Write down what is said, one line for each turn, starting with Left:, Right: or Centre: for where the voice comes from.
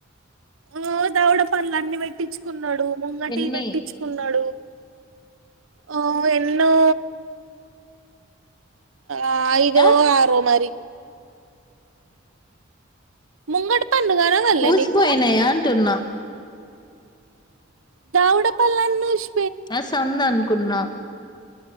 Right: ఆ దవడ పండ్లన్ని పెట్టించుకున్నాడు. ముంగటివి
Left: ఎన్ని
Right: పెట్టించుకున్నాడు. ఆ ఎన్నో ఆ ఐదో
Left: ఆ
Right: ఆరో మరి ముంగటి పన్ను కనపడ్లే
Left: పూసిపోయినాయా
Right: నీకు
Left: అంటున్నా
Right: దౌడ పల్లన్ని ఉష్
Left: అస్తందునుకున్నాం.